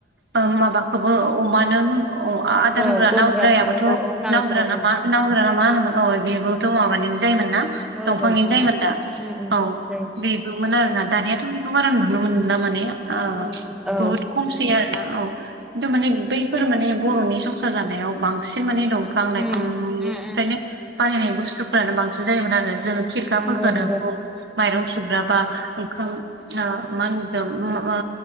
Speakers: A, on the right; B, in the centre.
A: ओं माबाखौबो अमानो <unintelligible> अ आदार
B: औ
A: होग्रा
B: गन्द्रा
A: नावद्रायाबोथ'
B: औ औ औ
A: नावद्रा ना
B: औ
A: मा नावद्रा ना मा होनोमोन अ बेबो थ' माबानिनो जायोमोन ना
B: औ
A: दंफांनिनो
B: दंफां
A: जायोमोन दा
B: उम उम
A: औ
B: जायो
A: बे मोन आरोना दानियाथ' बेखौ बारा नुनो मोनला माने आ
B: उम उम औ
A: बुहुत खमसै आरो ना औ खिन्थु माने बैफोर माने बर'नि संसार जानायाव बांसिन माने दं फां लाइफांनिफ्रायनो
B: उम उम उम
A: बानायनाय बुस्थुफोरानो बांसिन जायोमोन आरो जोङो खिरखाफोरखौनो
B: नंगौ नंगौ
A: बुं माइरं सुग्राबा ओंखाम ओ मानदो ओम ओ